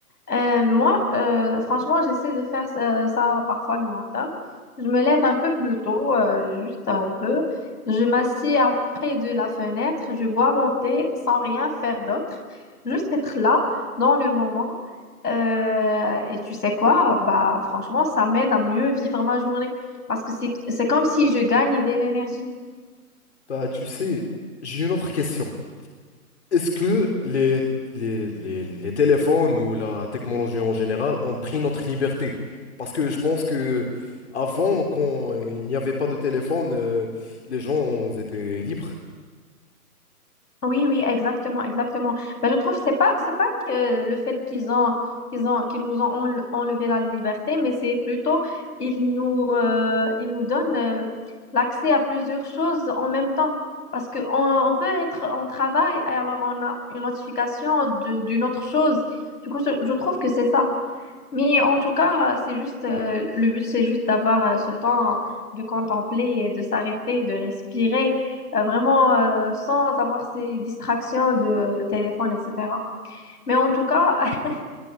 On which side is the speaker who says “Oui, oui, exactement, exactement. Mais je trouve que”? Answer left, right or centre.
Left